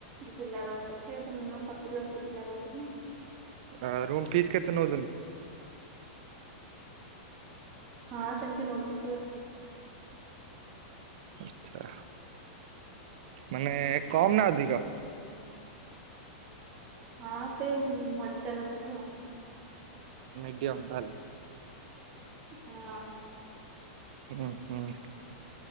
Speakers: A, on the right; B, on the right.
A: ପିଲା ରହୁଛନ୍ତି। ଏଠି ମିନି ମମ୍ ସତୁରି ଅସି <inaudible>
B: ଆ ରୁମ୍ ଫିସ୍ କେତେ ନେଉଛନ୍ତି?
A: ହଁ ସେମିତି ନେଉଛନ୍ତି ଆଉ।
B: ଆଚ୍ଛା। ମାନେ କମ୍ ନା ଅଧିକ।
A: ହଁ ସେଇ ମଝିଟା ନୋଉଚନ୍ତି ଆଉ।
B: ମିଡିୟମ ତାହାଲେ।
A: ହଁ।
B: ଉଁହୁଁ ହୁଁ